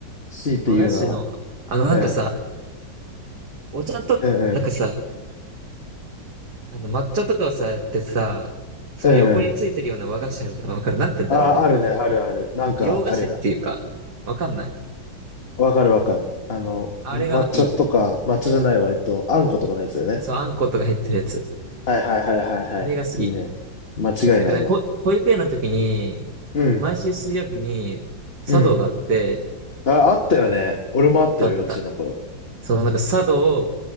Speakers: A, on the left (about 35°); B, on the right (about 60°).
A: C って言うなら。
B: 和菓子の、あの、なんかさ、
A: うん。
B: お茶と、
A: うんうん。
B: なんかさ、あの、抹茶とかをさ、やってさ、その横についてるような和菓子あるじゃん。
A: うんうん。
B: わかるなんて言うんだろう、
A: ああ、
B: あれ。
A: あるね、あるある。なんか、
B: 洋菓子っていうか、
A: あるよね。
B: わかんない。
A: わかるわかる。あの、
B: あれがいい。
A: 抹茶とか、抹茶じゃないわ。えっと、あんことかのやつだよね。
B: そう、あんことか入ってるやつ。
A: はいはいはいはいはい。
B: あれが好き。
A: いいね。間違いないわ。
B: なんかね、ほ、保育園の時に、
A: うん。
B: 毎週水曜日に、茶道があって、
A: うん。あ、あったよね。俺もあったよ、
B: あったあった。
A: 幼稚園の頃。
B: そう、なんか茶道